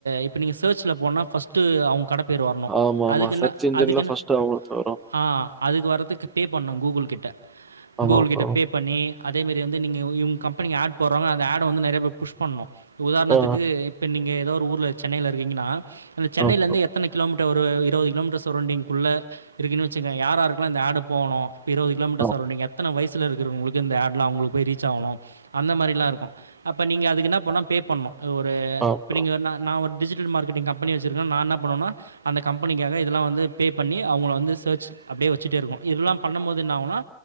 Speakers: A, on the right; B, on the right.
A: இப்ப நீங்க சேர்ச்ல போனா ஃபஸ்டு அவ்ங் கட பேரு வர்னு
B: ஆமாமா.
A: அதுக்கு என்ன
B: சர்ச் இன்ஜின்ல
A: அதுக்குன்னு
B: ஃபர்ஸ்ட் அவங்களுக்கு வரும்.
A: ஆ அதுக்கு வர்துக்கு பே பண்ணோ கூகுள் கிட்ட
B: ஆமா
A: கூகுள் கிட்ட
B: ப்ரோ.
A: பே பண்ணி அதேமாரி வந்து நீங்க இவுங்க கம்பெனி ஆட் போறவங்க அந்த ஆட வந்து நறையா பேர் புஷ் பண்ணணு உதாரணத்துக்கு
B: ஆ
A: இப்ப நீங்க எதோ ஒரு ஊர்ல சென்னைல இருக்கீங்கன்னா அந்த சென்னையிலிருந்து
B: ஆ ப்ரோ.
A: எத்தனை கிலோமீட் டர் ஒரு இருவது கிலோமீட்டர் சரௌண்டிங் குள்ள இருக்குன்னு வச்சுக்கங்க யாராருக்குலா இந்த ஆடு போணு இருவது கிலமீட்டர்
B: ஆ
A: சரௌண்டிங் எத்தன வயசு இருக்கிறவங்களுக்கு இந்தாட்லா அவுங்களுக்கு போய் ரீச் ஆகணு அந்த மாரிலா இருக்கு அப்ப நீங்க அதுக்கு என்ன பண்ணும் பே பண்ணணு ஒரு
B: ஆ
A: இப்ப
B: ப்ரோ.
A: நீங்க நா நா ஒரு டிஜிட் டல் மார்கெட்டிங் கம்பெனி வச்சிருக்கே நா என்ன பண்ணுவேனா அந்த கம்பனிக்காக இதெல்லா வந்து பே பண்ணி அவுங்கள வந்து சர்ச் அப்டியே வெச்சுட்டே இருக்கு இதெல்லா பண்ணும்போது என்ன ஆவுனா